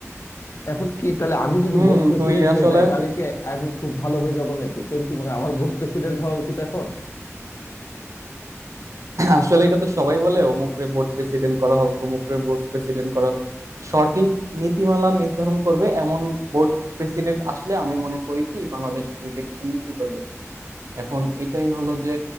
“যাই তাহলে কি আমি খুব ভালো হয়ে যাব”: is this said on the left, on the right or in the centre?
Left